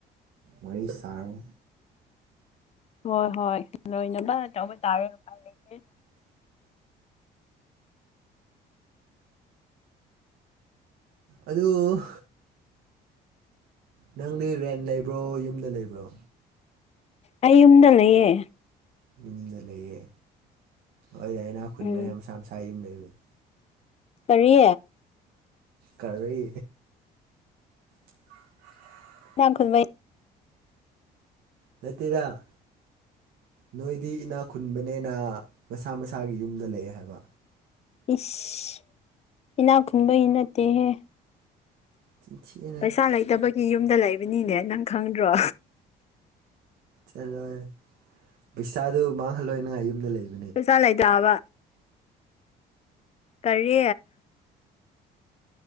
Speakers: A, on the right; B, on the left.
A: ꯋꯥꯔꯤ ꯁꯥꯔꯣ꯫
B: ꯍꯣꯏ ꯍꯣꯏ ꯂꯣꯏꯅꯕ ꯇꯧꯕ ꯇꯥꯔꯦ꯫ ꯂꯩꯇꯦ
A: ꯑꯗꯨ꯫ ꯅꯪꯗꯤ ꯔꯦꯟ ꯂꯩꯕ꯭ꯔꯣ ꯌꯨꯝꯗ ꯂꯩꯕ꯭ꯔꯣ꯫
B: ꯑꯩ ꯌꯨꯝꯗ ꯂꯩꯌꯦ꯫
A: ꯌꯨꯝꯗ ꯂꯩꯌꯦ ꯍꯣꯏꯗ ꯏꯅꯥꯛ ꯈꯨꯟꯕꯅꯤꯅ
B: ꯎꯝ
A: ꯃꯁꯥ ꯃꯁꯥ ꯌꯨꯝ ꯂꯩꯕꯗꯣ꯫
B: ꯀꯔꯤ꯫
A: ꯀꯔꯤ꯫ <unintelligible>
B: ꯏꯅꯥꯛꯈꯨꯟꯕꯒꯤ꯫
A: ꯂꯦꯠꯇꯦꯗ꯫ ꯅꯣꯏꯗꯤ ꯏꯅꯥ ꯈꯨꯟꯕꯅꯦꯅ ꯃꯁꯥ ꯃꯁꯥꯒꯤ ꯌꯨꯝꯗ ꯂꯩꯑꯦ ꯍꯥꯏꯕ꯫
B: ꯏꯁ ꯏꯅꯥꯛ ꯈꯨꯟꯕꯒꯤ ꯅꯠꯇꯦꯍꯦ꯫
A: ꯆꯤꯟꯊꯤꯋꯦ꯫
B: ꯄꯩꯁꯥ ꯂꯩꯇꯕꯒꯤ ꯌꯨꯝꯗ ꯂꯩꯕꯅꯤꯅꯦ ꯅꯪ ꯈꯪꯗ꯭ꯔꯣ꯫
A: ꯆꯠꯂꯣꯏꯍꯦ ꯄꯩꯁꯥꯗꯨ ꯃꯥꯡꯍꯜꯂꯣꯏꯅ ꯌꯨꯝꯗ ꯂꯩꯕ
B: ꯄꯩꯁꯥ ꯂꯩꯇꯥꯕ꯫ ꯀꯔꯤ꯫